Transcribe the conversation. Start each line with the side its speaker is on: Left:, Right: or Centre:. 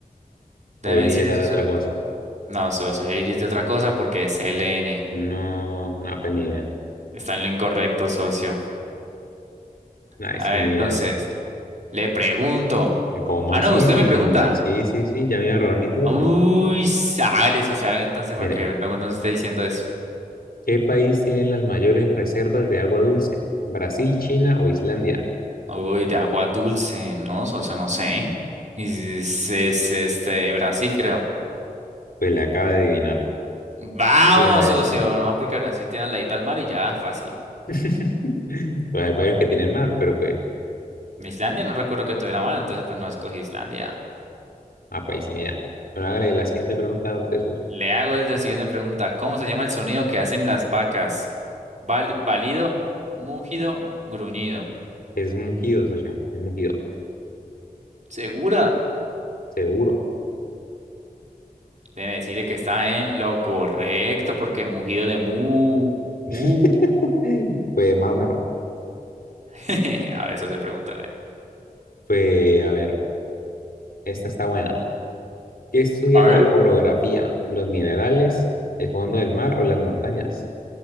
Right: Déjeme
Left: O Iris
Right: decirle,
Left: era
Right: socio.
Left: de otra cosa.
Right: No, socio, Iris de otra cosa porque es Selene.
Left: No, no, pues ni idea.
Right: Está en lo incorrecto, socio.
Left: Ay,
Right: A
Left: sí,
Right: ver,
Left: ni
Right: entonces,
Left: idea.
Right: le pregunto.
Left: ¿Cómo
Right: Ah,
Left: así?
Right: no, usted
Left: Sí,
Right: me pregunta.
Left: sí, sí, sí, ya me iba a robar mi turno.
Right: Uy, sale social, entonces para
Left: Mire,
Right: que luego nos esté diciendo eso.
Left: ¿qué país tiene las mayores reservas de agua dulce? ¿Brasil, China o Islandia?
Right: Uy, de agua dulce, ¿no? Socio, no sé. Es, es, este, Brasil, creo.
Left: Pues le acaba de adivinar.
Right: Vamos,
Left: Sí, era
Right: socio,
Left: esa.
Right: nomás porque Brasil tiene la ladito al mar y ya, fácil.
Left: <laughs> Pues hay varios que tienen mar, pero pues
Right: Islandia no recuerdo que tuviera mar, entonces pues no escogí Islandia.
Left: a país sin idea. Bueno, hágale la siguiente pregunta a usted, socio.
Right: Le hago el- la siguiente pregunta. ¿Cómo se llama el sonido que hacen las vacas? Val- Válido, mugido, gruñido.
Left: Es un mugido, socio. Un mugido.
Right: ¿Segura?
Left: Seguro.
Right: Debe decirle que está en lo correcto, porque mugido de mu.
Left: <laughs>
Right: mu.
Left: Pues más o menos.
Right: <laughs> A ver, eso se pregunta.
Left: Pues a ver, esta está buena. ¿Qué estudia
Right: A
Left: la
Right: ver.
Left: orografía? ¿Los minerales, el fondo del mar o las montañas?